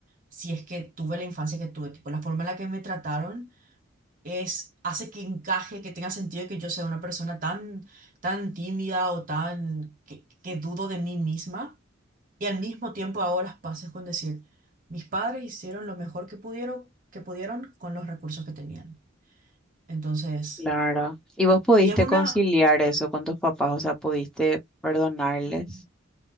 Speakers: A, on the right (about 40°); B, in the centre.
A: si es que tuve la infancia que tuve? Tipo, la forma en la que me trataron es, hace que encaje, que tenga sentido que yo sea una persona tan, tan tímida o tan, que, que dudo de mí misma y al mismo tiempo hago las paces con decir, mis padres hicieron lo mejor que pudieron, que pudieron con los recursos que tenían. Entonces,
B: claro. ¿Y vos pudiste
A: y es una...
B: conciliar eso con tus papás? O sea, ¿pudiste perdonarles?
A: mm,